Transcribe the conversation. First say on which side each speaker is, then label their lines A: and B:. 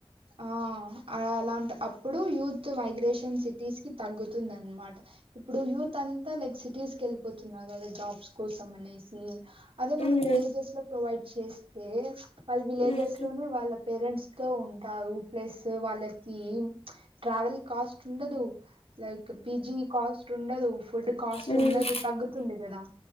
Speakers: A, on the right; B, on the left.
A: ఆహ్ అ అలాంటి అప్పుడు యూత్ వైగ్రేషన్ సిటీస్ కి తగ్గుతుంది అనమాట ఇప్పుడు యూత్ అంతా లైక్ సిటీస్ కి వెళ్ళిపోతున్నారు కదా జాబ్స్ కోసం అనేసి అదే మనం
B: ఉమ్
A: విల్ విలేజెస్ లో ప్రొవైడ్ చేస్తే వాళ్ళ విలేజెస్
B: ఉమ్
A: లోనే వాళ్ళ పేరెంట్స్ తో ఉంటారు ప్లస్ వాళ్ళకి ట్రావెల్ కాస్ట్ ఉండదు. లైక్ పీజీ కాస్ట్ ఉండదు ఫుడ్ కాస్ట్
B: ఉమ్
A: ఉండదు తగ్గుతుంది కదా